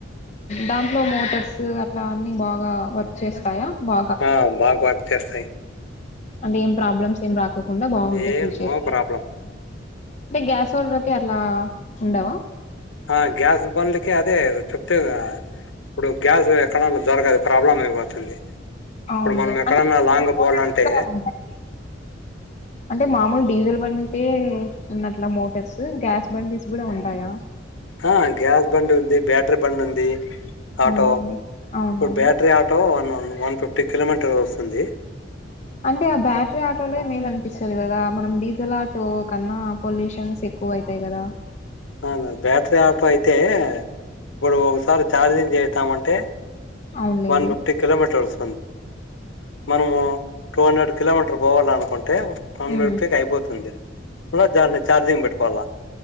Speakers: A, on the left (about 40°); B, on the left (about 80°).
A: దాంట్లో మోటార్స్ అట్లా అన్ని బాగు గా వర్క్ చేస్తాయా బాగా
B: ఆ బగ్వ చస్తా
A: అంటేం ప్రాబ్లమ్స్ ఏం రాద్ కోకుండా బాగుంటాయి
B: ఏ
A: ఫ్యూచర్
B: నో
A: కి
B: ప్రాబ్లం
A: అంటే గ్యాస్ ఒలర్కి అలా ఉండవా
B: ఆ గ్యాస్ బండ్కి అదే చెప్తిని కదా ఇప్పుడు గ్యాస్ <unintelligible> లో దొరకదు ప్రాబ్లమ్ం అయిపోతుంది
A: అవునులే
B: ఇప్పుడు మనం ఎక్కడన్నా
A: అంటే
B: లాంగ్
A: మోటార్స్
B: పోవాలంటే
A: కూడా ఉంటాయి అంటే మామూలు డీజిల్ బంటే ఉన్నట్లా మోటార్స్ గ్యాస్ బండీస్ కూడా ఉంటాయా
B: ఆ గ్యాస్ బండ్ ఉంది బ్యాటరీ బండ్ ఉంది ఆటో
A: అవునులేండి అవునవును
B: ఇప్పుడు బ్యాటరీ ఆటో వన్ వన్న వన్ ఫిఫ్టీ కిలోమీటర్లు వస్తుంది
A: అంటే ఆ బ్యాటరీ ఆటోలే మేలు అనిపిస్తుంది కదా మనం డీజిల్ ఆటో కన్నా పొల్యూషన్స్ ఎక్కువ అవుతాయి కదా
B: <unintelligible> బ్యాటరీ ఆటో అయితే ఇప్పుడు ఒకసారి ఛార్జింగ్ చేస్తాం అంటే తే
A: అవునులేండి
B: వన్ ఫిఫ్టీ కిలోమీటర్స్ మనము టూ హండ్రెడ్ కిలోమీటర్ పోవాల అనుకుంటా అంటే వన్
A: ఉమ్
B: ఫిఫ్టీ కి అయిపోతుంది <unintelligible> చార్జింగ్ పెట్టుకోవాలా